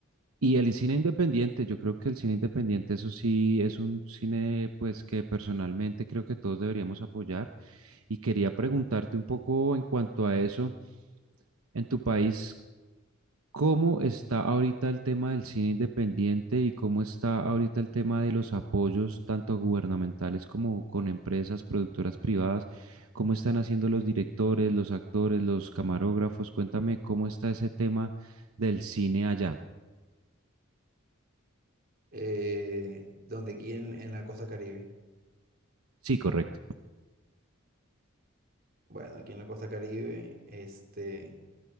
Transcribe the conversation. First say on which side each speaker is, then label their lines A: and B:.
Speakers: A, on the right; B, on the right.
A: y el cine independiente, yo creo que el cine independiente, eso sí, es un cine pues que personalmente creo que todos deberíamos apoyar. Y quería preguntarte un poco en cuanto a eso, en tu país, ¿cómo está ahorita el tema del cine independiente y cómo está ahorita el tema de los apoyos, tanto gubernamentales como con empresas, productoras privadas? ¿Cómo están haciendo los directores, los actores, los camarógrafos? Cuéntame cómo está ese tema del cine allá.
B: Eh, donde aquí en, en la costa Caribe.
A: Sí, correcto.
B: Bueno, aquí en la costa Caribe, este,